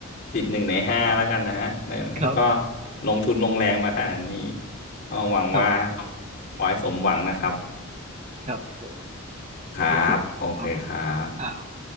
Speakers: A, on the left; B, on the right.
A: ติดหนึ่งในห้าแล้วกันนะฮะนั่นแหละก็
B: ครับ
A: ลงทุนลงแรงมาขนาดนี้ก็หวังว่า
B: ครับ
A: ขอให้สมหวังนะครับ
B: ครับผม
A: ครับ
B: ขอบคุณค
A: โอเคครับ
B: รับ